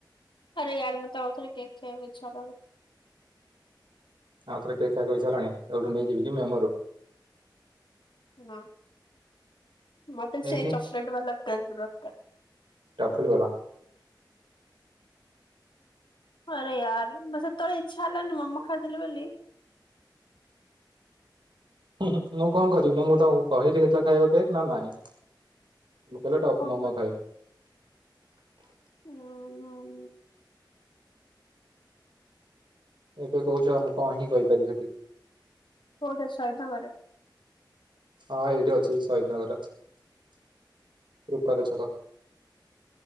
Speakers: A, on the left (about 85°); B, on the right (about 80°).
A: ଆରେ ୟାର ମତେ ଆଉଥରେ କେକ୍ ଖାଇବାକୁ ଇଚ୍ଛା ହେଲାଣି।
B: ଆଉ ଥରେ କେକ୍ ଖାଇବାକୁ ଇଚ୍ଛା ହେଲାଣି ଏଠୁ ନେଇ ଯିବି କି ମେମରୁ?
A: ହଁ ମତେ
B: ଏଇଠି
A: ସେ ଚକଲେଟ୍ ବାଲା କେକ୍ ଦର୍
B: ଟଫଲ ବାଲା।
A: ଆରେ ୟାର ବ ସେତେବେଳେ ଇଚ୍ଛା ହେଲାନି ମୋମ ଖାଇଦେଲି ବୋଲି
B: ମୁଁ କଣ କରିବି ନା ମୁଁ ତ କହିଲି ହେତବେଳେ ଖାଇବ କେକ୍ ନା ନାଇଁ। ମୁ କହିଲେ ଟପ
A: କଣ
B: ମୋମ ଖାଇବି।
A: ହଁ ହଁ।
B: ଏବେ କହୁଛ ଆଉ ମୁଁ କଣ ହିଁ କହିପାରିବି ହେଠି?
A: କୋଉଠେ ସହିଦ ନଗରରେ?
B: ହଁ ଏଇଠି ଅଛି ସହଦନଗର ରେ। ରୂପାଲି ଛକ।